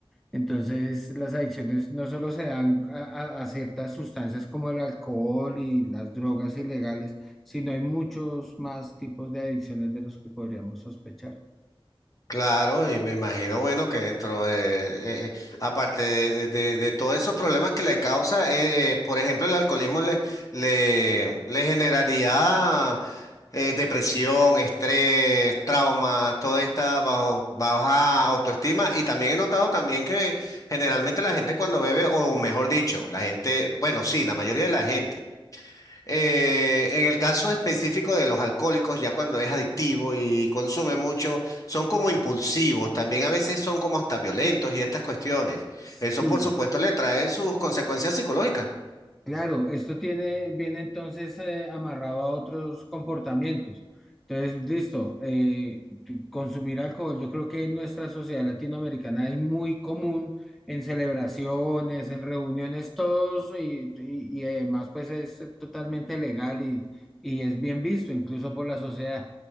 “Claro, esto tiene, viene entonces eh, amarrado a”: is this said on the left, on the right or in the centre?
Centre